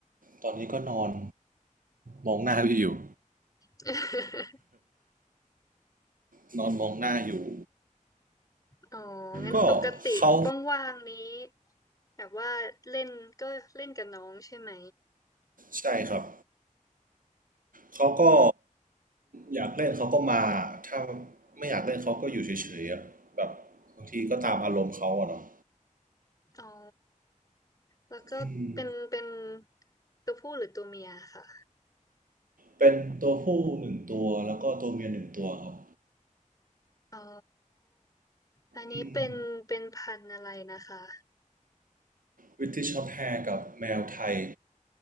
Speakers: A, on the right; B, on the left.
A: ตอนนี้ก็นอนมองหน้าพี่อยู่
B: <laughs>
A: <laughs> นอนมองหน้าอยู่
B: อ๋องั้นปกติ
A: ก็เขา
B: ว่างๆนี้แบบว่าเล่นก็เล่นกับน้องใช่ไหม
A: ใช่ครับเขาก็อยากเล่นเขาก็มาถ้าไม่อยากเล่นเขาก็อยู่เฉยๆอะแบบบางทีก็ตามอารมณ์เขาอะเนาะ
B: อ๋อแล้วก็เป็นเป็น
A: อืม
B: ตัวผู้หรือตัวเมียค่ะ
A: เป็นตัวผู้หนึ่งตัวแล้วก็ตัวเมียหนึ่งตัวครับ
B: อ๋ออันนี้เป็นเป็นพันธุ์อะไรนะคะ
A: อืม b r i t i s แ s h กับแมวไทย